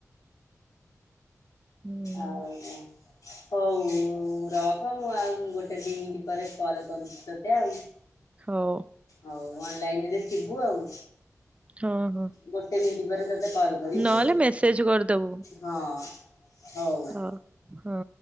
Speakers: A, on the right; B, on the left.
A: ହୁଁ
B: ଆଉ କଁ? ହଉ ଉ ରଖ ମୁଁ ଆଉ ଗୋଟେ ଦି ମିନିଟ ପରେ କଲ କରୁଛି ତୋତେ ଆଉ।
A: ହଉ।
B: ହଉ ଅନଲାଇନରେ ଥିବୁ ଆଉ।
A: ହଁ ହଁ।
B: ଗୋଟେ ମିନିଟ ପରେ ତତେ କଲ କରିବି,
A: ନହେଲେ ମେସେଜ କରିଦବୁ
B: ହଁ ହଉ।
A: ହ ହଁ।